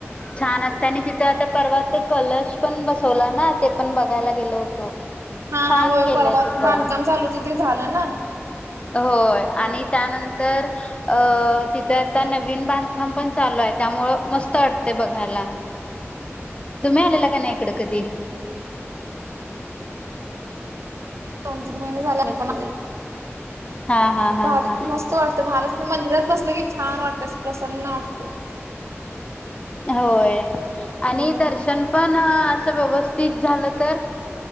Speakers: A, on the left (about 25°); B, on the right (about 75°).
A: छान असतय आणि तिथं आता परवा तर कलश पण बसवला ना ते पण बघायला गेलो होतो
B: हा
A: छान
B: हा होय
A: केलंय
B: परवा
A: तिथं
B: बांधकाम चालू होतं ते झालं ना.
A: होय आणि त्यानंतर अ तिथं आता नवीन बांधकाम पण चालू आहे त्यामुळ मस्त तटते बघायला तुम्ही आलेला का नाही इकड कधी
B: दोन तीन महिने झाले मी पण म्हणजे
A: हा हा हा
B: फार
A: हा
B: मस्त वाटतय महालक्ष् मंदिरात बसल की छान वाटतय असं प्रसन्न वाटतय
A: होय आणि
B: हम्म.
A: दर्शन पण असं व्यवस्थित झालं तर